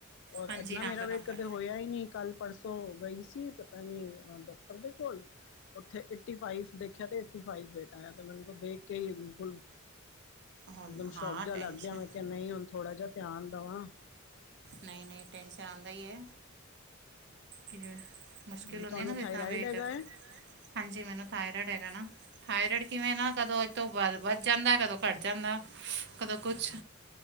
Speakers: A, on the left; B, on the right.
A: ਔਰ
B: ਹਾਂਜੀ
A: ਏੰਨਾ
B: ਹਾਂ
A: ਮੇਰਾ
B: ਬਰਾਬਰ
A: ਵੇਟ ਕਦੇ ਹੋਇਆ ਹੀ ਨਹੀਂ, ਕੱਲ-ਪਰਸੋ ਤੋਂ ਗਈ ਸੀ, ਪਤਾ ਨੀ ਡਾਕਟਰ ਦੇ ਕੋਲ ਉੱਥੇ ਏਟੀ-ਫਾਈਵ ਦੇਖਿਆ ਤੇ ਏਟੀ-ਫਾਈਵ ਵੇਟ ਆਇਆ, ਤਾ ਮੈਨੂੰ ਦੇਖਕੇ ਹੀ ਬਿਲਕਲ
B: ਹੋ-
A: ਇਕਦਮ
B: ਹਾਂ
A: ਸ਼ੋਕ ਜਾ
B: ਟੈਨਸ਼ਨ
A: ਲੱਗ ਗਿਆ, ਮੈਂ ਕਿਹਾ, ਨਹੀਂ ਹੁਣ ਥੋੜ੍ਹਾ ਜਿਹਾ ਧਿਆਨ ਦਵਾਂ।
B: ਨਹੀਂ-ਨਹੀਂ, ਟੈਂਨਸ਼ਨ ਆਂਦਾ ਈ ਏ। ਕੇ, ਮੁਸ਼ਕਿਲ
A: ਵੀ ਤੁਹਾਨੂੰ
B: ਹੁੰਦੀਆਂ ਨਾ ਫਿਰ
A: ਥਾਇਰਾਇਡ
B: ਤਾਂ ਵੇਟ
A: ਹੈਗਾ ਹੈ
B: ਹਾਂਜੀ, ਮੈਨੂੰ ਥਾਇਰੋਇਡ ਹੈਗਾ ਨਾ, ਥਾਇਰੋਇਡ ਕਿਵੇਂ ਨਾ ਕਦੋਂ ਇਹ ਤੋਂ ਬਾਦ ਵੱਧ ਜਾਂਦਾ, ਕਦੋਂ ਘੱਟ ਜਾਂਦਾ, ਕਦੋਂ ਕੁਛ,